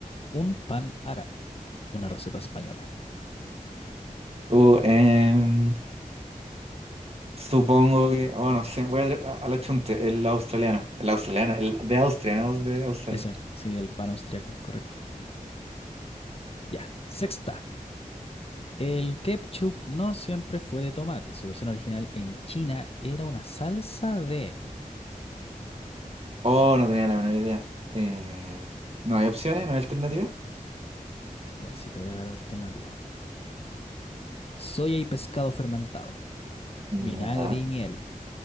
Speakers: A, on the left (about 45°); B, on the right (about 45°).
A: un pan árabe, una receta española.
B: Uh, em, supongo que. Oh, no sé. Voy a, a la chunte. El australiano. El australiano. El de Austria, no es de Australia.
A: Ese, sí, el pan austriaco, correcto. Ya, sexta. El ketchup no siempre fue de tomate. Su versión original en China era una salsa de...
B: Oh, no tenía la menor idea. Eh, no hay opciones, no hay alternativas.
A: Ya, sí, te voy a dar alternativa. Soya y pescado fermentado,
B: Ya.
A: vinagre y miel,